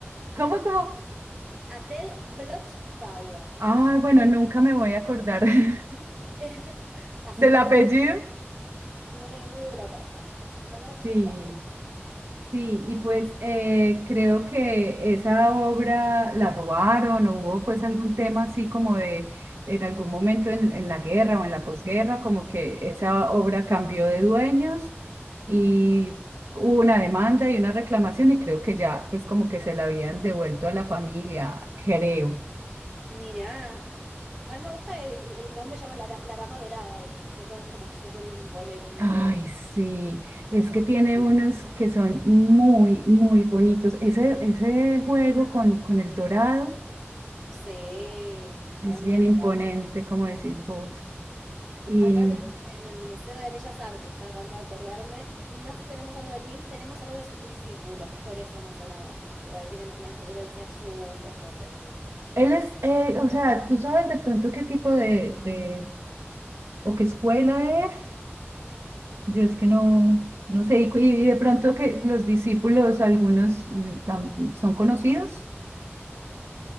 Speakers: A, on the right; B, in the centre.
A: ¿Cómo, cómo?
B: Adele Bloch-Bauer
A: Ay,
B: se llama.
A: bueno, nunca me voy a acordar <laughs>
B: <laughs> Así
A: del
B: muy
A: apellido.
B: francés muy, muy europea. Ballad
A: Sí,
B: Bow.
A: sí, y pues eh, creo que esa obra la robaron o hubo pues algún tema así como de en algún momento en, en la guerra o en la posguerra, como que esa obra cambió de dueños y hubo una demanda y una reclamación y creo que ya pues como que se la habían devuelto a la familia, creo.
B: Mirá, A mí me gusta, el el nombre llama la, la Dama Dorada, ¿viste? Y Siento que es como súper imponente,
A: Ay, sí, es
B: como...
A: que tiene unos que son muy, muy bonitos. Ese, ese juego con, con el dorado
B: sí, a
A: es
B: mí
A: bien
B: me
A: imponente,
B: encanta.
A: como decís vos. Y
B: Acá tenemos en el Museo de Bellas Artes, estaba tratando de acordarme, no tenemos algo de Klim, tenemos algo de sus discípulos, por eso me sonaba, porque tienen una influencia súper fuerte en Clint.
A: él es, eh, o sea, ¿tú sabes de pronto qué tipo de, de o qué escuela es? Yo es que no, no sé, y, cu- y de pronto que los discípulos, algunos mm, tam- son conocidos.